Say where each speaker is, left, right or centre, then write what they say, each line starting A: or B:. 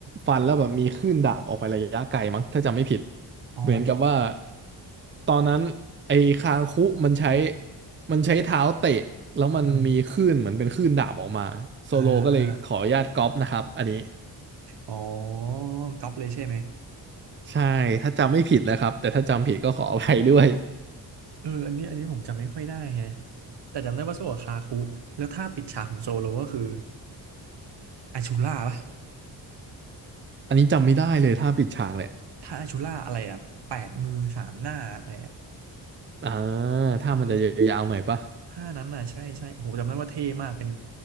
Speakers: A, on the right; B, on the right.
A: ฟันแล้วแบบมีคลื่นดาบออกไประยะไกลมั้งถ้าจำไม่ผิด
B: อ๋อ
A: เหมือนกับว่าตอนนั้นไอ้คางคุมันใช้มันใช้เท้าเตะแล้วมันมีคลื่นเหมือนเป็นคลื่นดาบออกมาโซโลก็เลยขออนุญาตก๊อปนะครับอันนี้
B: <laughs> อ่าอ่าอ๋อก๊อปเลยใช่ไหม
A: ใช่ถ้าจำไม่ผิดนะครับแต่ถ้าจำผิดก็ขออภัยด้วย
B: เอออันนี้อันนี้ผมจำไม่ค่อยได้แฮะแต่จำได้ว่าสู้กับคาคุแล้วถ้าปิดฉากของโซโลก็คืออาชูล่าปะ
A: อันนี้จำไม่ได้เลยท่าปิดฉากแหละ
B: ถ้าอาชูล่าอะไรอะแปดมือสามหน้าอะไรอะ
A: อ่าถ้ามันจะยาวๆหน่อยปะ
B: เออท่านั้นน่ะใช่ใช่โอ้โหจำได้ว่าเท่มากเป็น